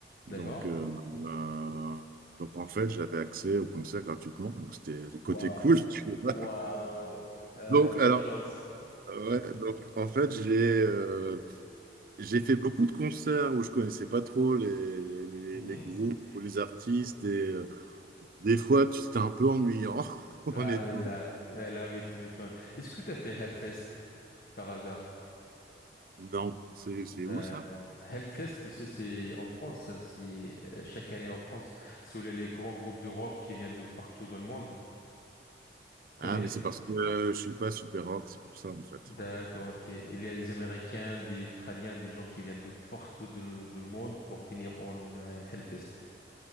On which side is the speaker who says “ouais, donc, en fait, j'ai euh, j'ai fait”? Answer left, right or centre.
Right